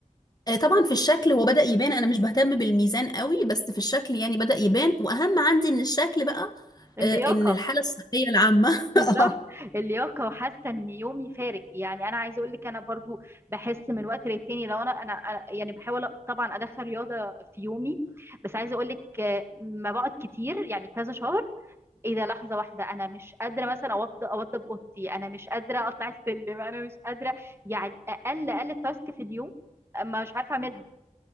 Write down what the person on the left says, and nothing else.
آه، طبعا في الشكل هو بدأ يبان انا مش بهتم بالميزان قوي بس في الشكل يعني بدأ يبان واهم عندي من الشكل بقى
آه، ان الحالة الصحية العامة
<laughs> آه.